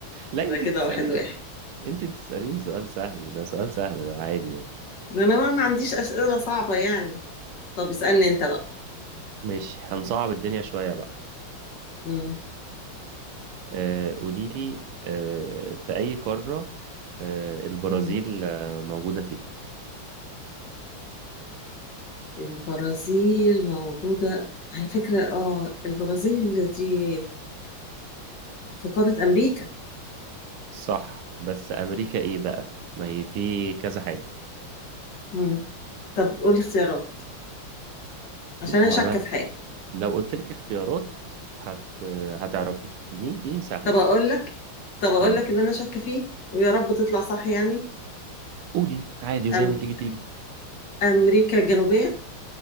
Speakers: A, on the right; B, on the left.
A: لا
B: يبقى
A: انت
B: كده
A: بتسألي
B: واحد واحد
A: انت بتسأليني سؤال سهل ده سؤال سهل ده عادي يعني
B: ده انا بقى ما عنديش اسئله صعبه يعني طب اسالني انت بقى
A: ماشي هنصعب الدنيا شوية بقى
B: مم.
A: آه، قولي لي آه، في أي قارة آه، البرازيل
B: مم.
A: آه، موجودة فيها
B: البرازيل موجوده على فكره اه البرازيل دي في قاره امريكا
A: صح بس أمريكا إيه بقى ما هي في كذا حاجة
B: مم. طب قولي اختيارات عشان
A: لا
B: انا
A: ما
B: شاكه
A: هو أنا
B: في حاجه
A: لو قلت لك اختيارات هت هتعرفيها دي دي سهلة
B: طب اقول
A: دي
B: لك طب اقول
A: آه.
B: لك اللي انا شاكه فيه ويا رب تطلع صح يعني
A: قولي عادي وزي
B: أم...
A: ما تيجي تيجي
B: امريكا الجنوبيه